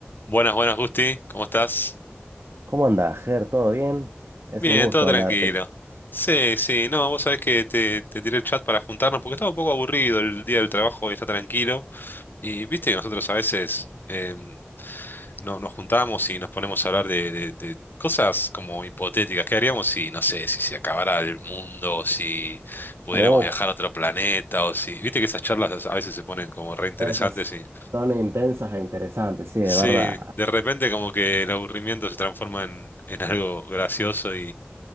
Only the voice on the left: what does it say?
Buenas, buenas, Gusti. ¿Cómo estás?
Bien,
todo tranquilo.
Sí, sí, no, vos sabés que te, te tiré el chat para juntarnos porque estaba un poco aburrido el día del trabajo y está tranquilo. Y viste que nosotros a veces em, no, nos juntamos y nos ponemos a hablar de, de- de cosas como hipotéticas. ¿Qué haríamos si, no sé, si se acabara el mundo, o si pudiéramos
viajar a otro planeta o si... Viste que esas charlas a veces se ponen como re interesantes
y...
Sí,
de repente como que el aburrimiento se transforma en, en algo gracioso